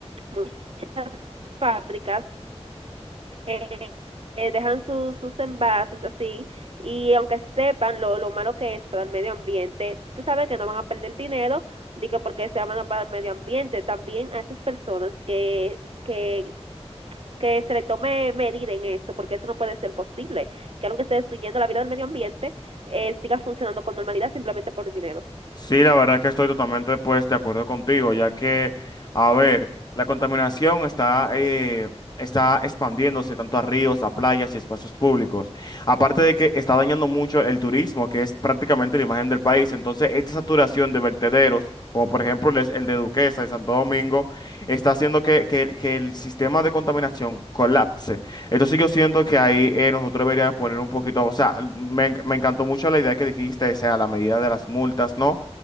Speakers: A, on the right; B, on the left.
A: muchas fábricas eh, eh, dejan su- sus envases así y aunque sepan lo, lo malo que es para el medio ambiente, tú sabes que no van a perder dinero, digo porque sea malo para el medio ambiente, también a esas personas que, que, que se le tome medida en esto, porque eso no puede ser posible, que algo que esté destruyendo la vida del medio ambiente eh, siga funcionando con normalidad simplemente por dinero.
B: Sí, la verdad que estoy totalmente pues de acuerdo contigo, ya que, a ver, la contaminación está, eh, está expandiéndose tanto a ríos, a playas y espacios públicos. Aparte de que está dañando mucho el turismo, que es prácticamente la imagen del país. Entonces, esta saturación de vertederos, como por ejemplo el, el de Duquesa en Santo Domingo, está haciendo que, que- que el sistema de contaminación colapse. Entonces, yo siento que ahí eh, nosotros deberíamos poner un poquito, o sea, me, en- me encantó mucho la idea que dijiste, o sea, la medida de las multas, ¿no?